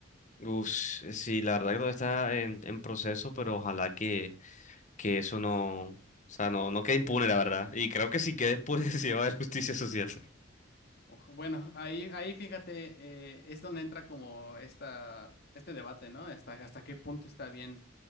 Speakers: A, on the left; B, on the left.
A: Uf, sí, la verdad que todo está en en proceso, pero ojalá que... que eso no, o sea, no, no queda impune, la verdad. Y creo que si queda impune <laughs> sí va a haber justicia social.
B: Ojo, Bueno, ahí, ahí fíjate, eh, es donde entra como esta, este debate, ¿no? Hasta, hasta qué punto está bien